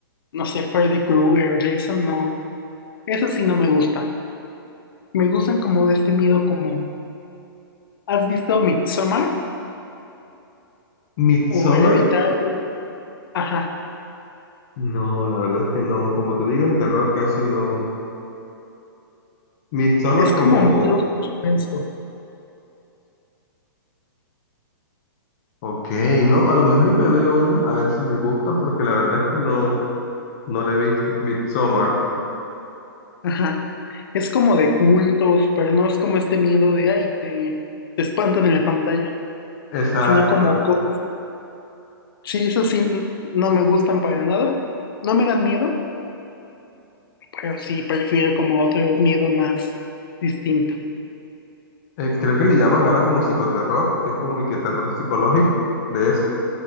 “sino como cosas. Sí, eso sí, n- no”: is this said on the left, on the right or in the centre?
Left